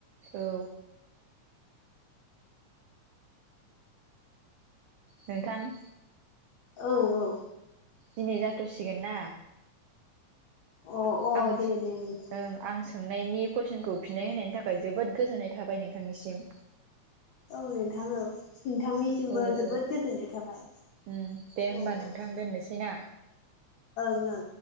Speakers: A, on the right; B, on the left.
A: औ नोंथां।
B: औ - औ।
A: दिनै जाथ'सिगोनना।
B: औ अ अ
A: आं ओं आं
B: दे
A: सोङो
B: दे नोंथां औ
A: सोंनायनि कुइसनखौ फिनाय होनायनि थाखाय जोबोद गोजोन्नाय थाबाय नोंथांनिसिम।
B: औ नोंथां औ। नोंथांनिसिमबो
A: औ
B: जोबोद
A: औ
B: गोजोननाय थाबाय
A: उम दे होमबा
B: औ औ।
A: नोंथां
B: ओं
A: दोननोसै ना
B: - ओं।